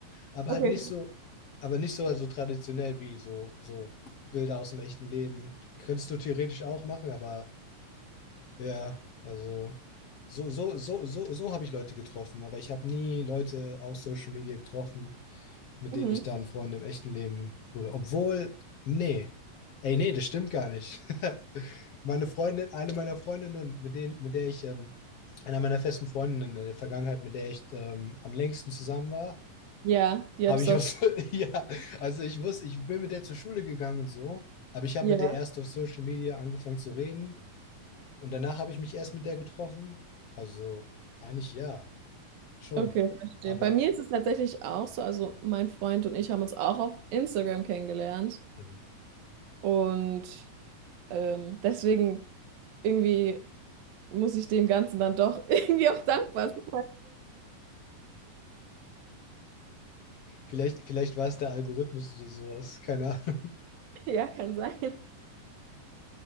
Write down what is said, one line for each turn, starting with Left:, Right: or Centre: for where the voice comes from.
Left: Aber
Right: Okay.
Left: halt nicht so, aber nicht so also traditionell wie so, so Bilder aus dem echten Leben. Könntest du theoretisch auch machen, aber ja, also so, so, so, so, so habe ich Leute getroffen, aber ich habe nie Leute auf Social Media getroffen, mit
Right: Mhm.
Left: denen ich dann Freunde im echten Leben wurde. Obwohl, nee. Ey, nee, das stimmt gar nicht. <laughs> Meine Freundin, eine meiner Freundinnen, mit denen, mit der ich, ähm, einer meiner festen Freundinnen in der Vergangenheit, mit der ich ähm, am längsten zusammen war,
Right: Ja, die
Left: habe
Right: hat es
Left: ich
Right: auf.
Left: aus, <laughs> ja, also ich wusste, ich bin mit der zur Schule gegangen und so, aber ich habe
Right: Ja.
Left: mit der erst auf Social Media angefangen zu reden und danach habe ich mich erst mit der getroffen. Also eigentlich ja, schon.
Right: Okay, verstehe.
Left: Aber
Right: Bei mir ist es tatsächlich auch so, also mein Freund und ich haben uns auch auf Instagram kennengelernt
Left: Mhm.
Right: und ähm, deswegen irgendwie muss ich dem Ganzen dann doch <laughs> irgendwie auch dankbar sein.
Left: vielleicht, vielleicht war es der Algorithmus oder sowas. Keine Ahnung.
Right: <laughs> Ja, kann sein.